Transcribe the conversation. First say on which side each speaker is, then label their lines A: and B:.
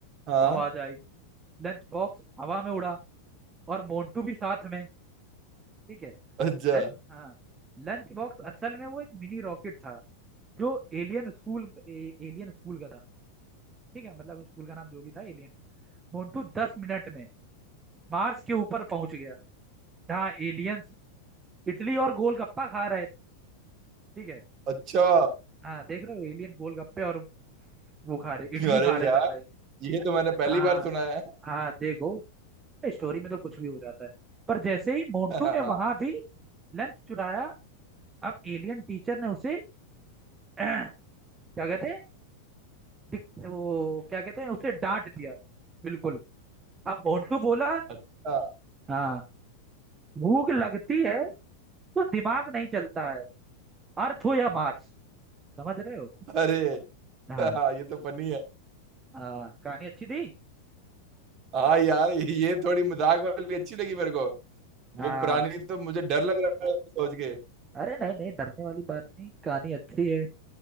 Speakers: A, on the right (about 35°); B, on the right (about 20°).
A: हाँ
B: आवाज आई लंच बॉक्स हवा में उड़ा और मोन्टू भी साथ में ठीक है
A: अच्छा
B: लंच हाँ लंच बॉक्स असल में वो एक मिनी रॉकेट था जो एलियन स्कूल ए, एलियन स्कूल का था ठीक है मतलब स्कूल का नाम जो भी था एलियन मोन्टू दस मिनट में मार्स के ऊपर पहुंच गया जहाँ एलियंस इडली और गोलगप्पा खा रहे थे ठीक है
A: अच्छा
B: हाँ देख रहे हो एलियन गोलगप्पे और वो खा रहे इडली
A: अरे
B: खा रहे
A: यार
B: थे भाई
A: ये तो मैंने पहली
B: हाँ
A: बार सुना है
B: हाँ देखो स्टोरी में तो कुछ भी हो जाता है पर जैसे ही मोन्टू
A: <laughs> हाँ,
B: ने वहां भी लंच चुराया अब एलियन टीचर ने उसे <clears throat> क्या कहते हैं दिक- वो क्या कहते हैं उसे डांट दिया बिल्कुल अब मोन्टू बोला
A: अच्छा
B: हाँ भूख लगती है तो दिमाग नहीं चलता है अर्थ हो या मार्स समझ रहे हो
A: अरे
B: हाँ
A: हाँ ये तो फनी है
B: आ, कहानी अच्छी थी
A: हाँ यार ये थोड़ी मजाक वाली अच्छी लगी मेरे को
B: हाँ
A: वो पुरानी तो मुझे डर लग रहा है सोच के
B: अरे नहीं नहीं डरने वाली बात नहीं कहानी अच्छी है